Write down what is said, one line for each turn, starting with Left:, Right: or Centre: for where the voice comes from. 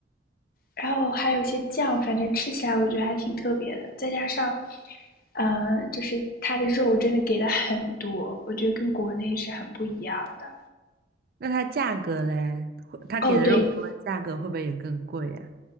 Left: 然后还有一些酱，反正吃起来我觉得还挺特别的。再加上，嗯、呃就是它的肉真的给的很多，我觉得跟国内是很不一样的。
Right: 那它价格嘞，会它给的肉多，
Left: 哦，对，
Right: 价格会不会也更贵呀、